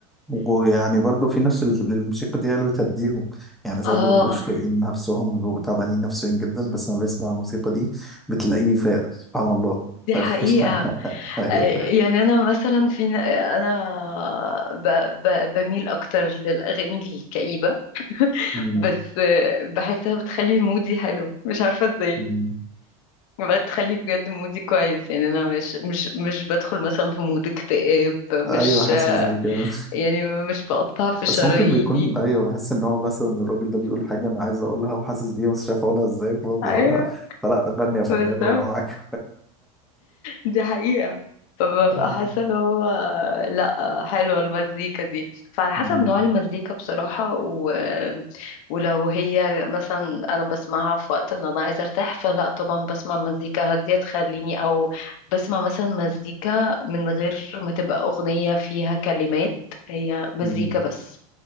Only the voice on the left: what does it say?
اه
دي حقيقة
يعني انا مثلا في انا ب... ب... بميل اكتر للاغاني الكئيبه
بس بحسها بتخلي مودي حلو مش عارفه ازاي
بتخلي بجد مودي كويس يعني انا مش مش مش بدخل مثلا في مود اكتئاب مش
يعني مش بقطع في شراييني
ايوه
بالظبط
دي حقيقة فببقى
حاسة اللي هو لأ حلوة المزيكا دي فعلى حسب
نوع المزيكا بصراحة و... ولو هي مثلا أنا بسمعها في وقت إن أنا عايزة أرتاح فلأ طبعا بسمع مزيكا هادية تخليني أو بسمع مثلا مزيكا من غير ما تبقى أغنية فيها كلمات هي مزيكا
بس